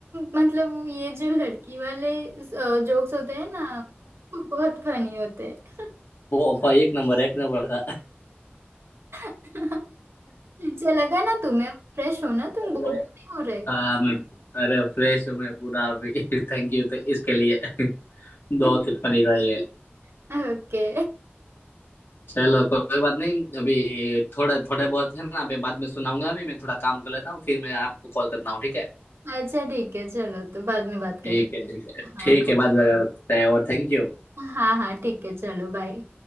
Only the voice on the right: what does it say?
मतलब वो ये जो लड़की वाले जोक्स होते हैं ना वो बहुत फनी होते हैं
<laughs> अच्छा लगा ना तुम्हें फ्रेश हो ना तुम
बोर तो नहीं हो रहे
<laughs>
ओके
अच्छा ठीक है चलो तो बाद में बात
करते
हाँ
बाय
बाय
हाँ हाँ ठीक है चलो बाय